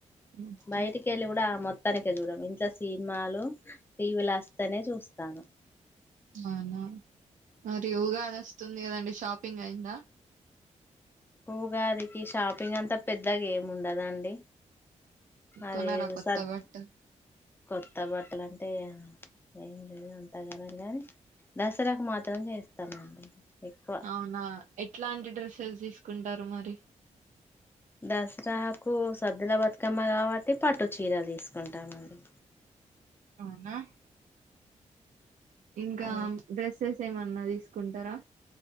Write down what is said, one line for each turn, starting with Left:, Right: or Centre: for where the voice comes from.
Right: ఓకే,
Left: బయటికెళ్ళి గూడ మొ మొత్తనికే చూడము ఇంట్ల సినిమాలు టీవీలో వస్తేనే చూస్తాను
Right: అవునా మరి ఉగాది వస్తుంది కదండి షాపింగ్ అయిందా
Left: ఉగాదికి షాపింగ్ అంతా పెద్దగ ఏం ఉండదండి అది
Right: కొన్నారా కొత్త
Left: సద్
Right: బట్టలు
Left: కొత్త బట్టలు అంట్ టే ఏం లేదు అంతగానమ్ గాని దసరాకు మాత్రం చేస్తామండి ఎక్కువ
Right: అవునా ఎట్లాంటి డ్రెస్సెస్ తీసుకుంటారు మరి
Left: దసరాకు సద్దుల బతుకమ్మ కాబట్టి పట్టు చీరలు తీసుకుంటామండి
Right: అవునా ఇంకా
Left: అవును
Right: డ్రెస్సెస్ ఏమన్నా తీసుకుంటారా